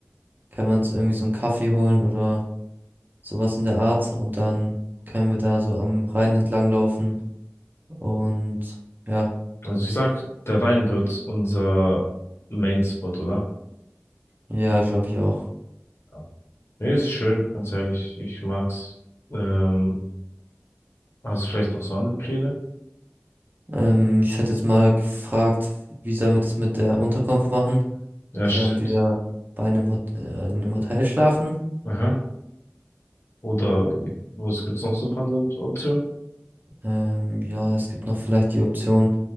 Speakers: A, on the right; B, on the left.
A: können wir uns irgendwie so einen Kaffee holen oder sowas in der Art. Und dann können wir da so am Rhein entlang laufen. Und ja,
B: Also ich sag, der Wein wird unser Main-Spot, oder?
A: ja, glaube ich auch.
B: Ja. Nee, ist schön, ganz ehrlich. Ich mag's. Ähm, hast du vielleicht noch so andere Pläne?
A: Ähm, ich hätte jetzt mal gefragt, wie sollen wir das mit der Unterkunft machen?
B: Ja,
A: Sollen
B: stimmt.
A: wir bei einem Hot äh, in einem Hotel schlafen?
B: Aha. Oder was gibt's noch so für andere Optionen?
A: Ähm, ja, es gibt noch vielleicht die Option,